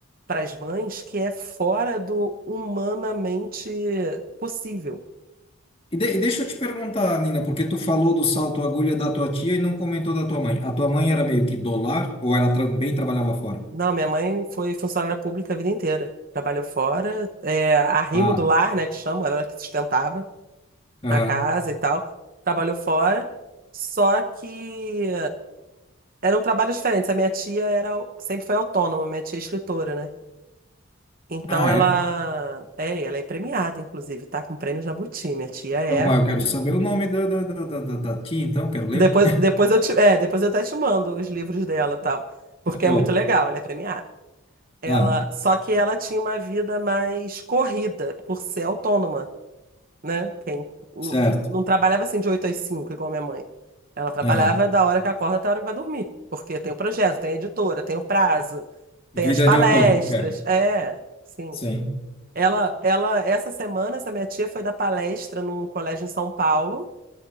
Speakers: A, on the right (about 40°); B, on the left (about 25°).
A: para as mães que é fora do humanamente possível.
B: E, de- e deixa eu te perguntar, Nina, porque tu falou do salto agulha da tua tia e não comentou da tua mãe. A tua mãe era meio que dólar ou ela também trabalhava fora?
A: Não, minha mãe foi funcionária pública a vida inteira. Trabalhou fora, é, arrimo
B: Ah,
A: do lar, né, que chamam, ela que sustentava
B: aham.
A: a casa e tal. Trabalhou fora, só que era um trabalho diferente. A minha tia era, sempre foi autônoma, minha tia é escritora, né? Então
B: Ah,
A: ela
B: é?
A: é, ela é premiada, inclusive, tá com o prêmio Jabuti. Minha tia é
B: Eu, mas eu quero saber o nome da, da, da, da, da da tia, então, quero ler.
A: Depois, depois eu te, é, depois eu até te mando os livros dela, e tal, porque
B: <laughs> Show.
A: é muito legal, ela é premiada. Ela,
B: Ah,
A: só que ela tinha uma vida mais corrida por ser autônoma, né? Quem não,
B: certo.
A: não trabalhava assim de 8 às 5 igual minha mãe. Ela trabalhava
B: Aham.
A: da hora que acorda até a hora que vai dormir, porque tem o projeto, tem a editora, tem o prazo,
B: Vida
A: tem as palestras.
B: de autônomo, é.
A: É, sim.
B: Sim.
A: Ela, ela, essa semana, essa minha tia foi dar palestra num colégio em São Paulo.